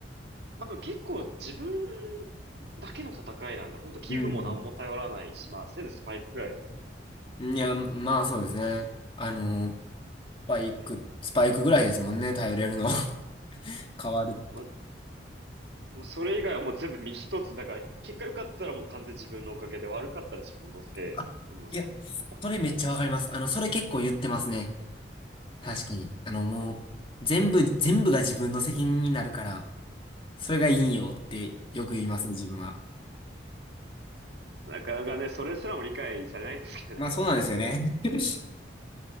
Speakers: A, on the right; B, on the left.
A: まあ、でも結構自分だけの戦いなんで、本当器具も何も頼らないし、
B: うん。
A: まあ、せいぜいスパイクぐらいですけど
B: いや、まあそうですね。あの、スパイク、
A: ね。
B: スパイクぐらいですもんね、頼れるの。<laughs> 変わる。
A: まあ、もうそれ以外はもう全部身一つ。だから、結果良かったらもう完全に自分のおかげで、悪かったら自分のせいでもう
B: あ、いや、
A: 分かっちゃう。
B: それめっちゃわかります。あの、それ結構言ってますね。確かに。
A: ね。
B: あの、もう、全部、全部が自分の責任になるから、それがいいよってよく言いますね、自分は。
A: なかなかね、それすらも理解されないんですけど、
B: まあそうなんですよね。
A: なんか。
B: <laughs>